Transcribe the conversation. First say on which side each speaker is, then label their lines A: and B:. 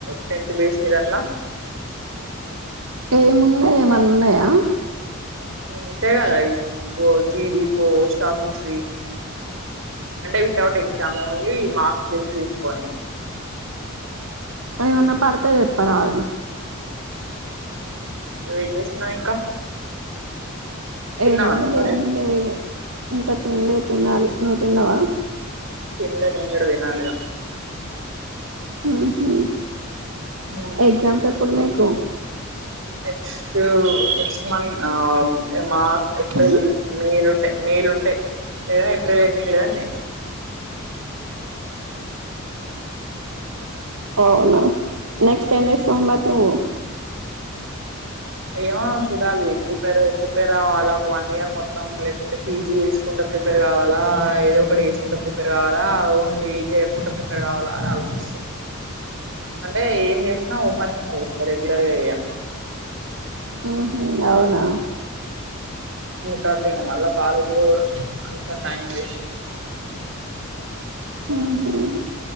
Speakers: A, on the right (about 65°); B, on the right (about 85°).
A: టెన్ట్ డేస్ మీద అట్లా
B: ఏమున్నాయా ఏమన్నా ఉన్నాయా
A: అంతే కదా జీడి పోస్ట్ ఆఫీస్ అంటే వితౌట్ ఎగ్జామ్ ఓన్లీ మార్క్స్ సి తీసుకొని
B: కానీ ఏమన్నా పడతే చెప్పరాదు
A: ను ఏం చేస్తునవు ఇంకా తిన్నావా
B: ఏముంది
A: నువ్వు మరి
B: ఏం లేదు ఇంకా తినలే తినాలి నువ్వు తిన్నావా
A: తినలే నేను గూడా తినాలిగా
B: మ్మ్ హు
A: ఇగ
B: ఎగ్జామ్స్ ఎప్పుడు మీక్ ఓకె
A: నెక్స్ట్ నెక్స్ట్ మంత్ ఆ మార్ ఏప్రిల్
B: ఉమ్
A: మేలో ఉంటయి మేలో ఉంటయి ఏప్రిల్ ఎండింగ్ లేదాన్నీ
B: అవునా నెక్స్ట్ ఏంచేస్తావ్ మరి నువ్వు
A: ఏమో చూడాలి ప్రిపేర్ ప్రిపేర్ అవ్వాలా ఒక వన్ ఇయర్ మొత్తం లేకపోతే పీజీ చేసుకుంట ప్రిపేర్ కావాలా ఏదో ఒకటి చేసుకుంట ప్రిపేర్ కావాలా ఓన్లీ ఇదే పూర్తిగ ప్రిపేర్ కావాలా అని ఆలోచిస్ అంటే ఏం చేసినా ఓపన్ గా పోవాలి క్లియర్ చెయ్య
B: మ్మ్ హ్మ్ అవునా
A: కరట్గా మళ్ళా కాలేజ్ పోవడం అదంతా టైం వేస్ట్
B: మ్మ్